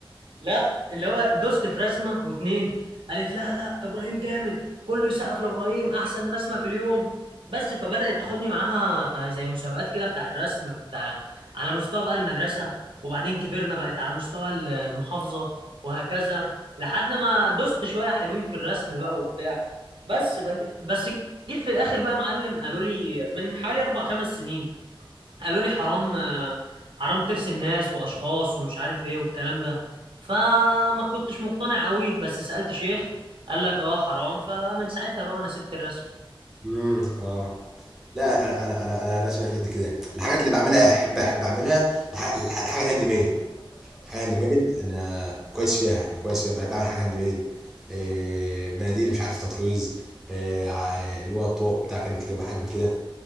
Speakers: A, on the right; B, in the centre.
A: لا اللي هو دوست في رسمه واتنين قالت لا لا ابراهيم جامد كله يسقف لابراهيم احسن رسمه في اليوم بس فبدات تاخدني معاها زي مسابقات كده بتاع الرسم بتاع على مستوى بقى المدرسه وبعدين كبرنا بقت على مستوى ال- المحافظه وهكذا لحد ما دوست شويه حلوين في الرسم بقى وبتاع بس بج... بس جيت في الاخر بقى معلم قالوا لي من حوالي اربع خمس سنين قالوا لي حرام حرام ترسم ناس واشخاص ومش عارف ايه والكلام ده فما كنتش مقتنع قوي بس سألت شيخ قال لك اه حرام فمن ساعتها بقى انا سبت الرسم
B: امم اه لا انا انا انا انا رسمي مش قد كده الحاجات اللي بعملها احب احب اعملها الح- الح- الحاجة الهاند ميد حاجه هاند ميد انا كويس فيها يعني كويس فيها بقى- بعمل حاجه هاند ميد إيه، مناديل مش عارف تطريز إيه، ع- اللي هو الطوق بتاع كاتب كتاب حاجات كده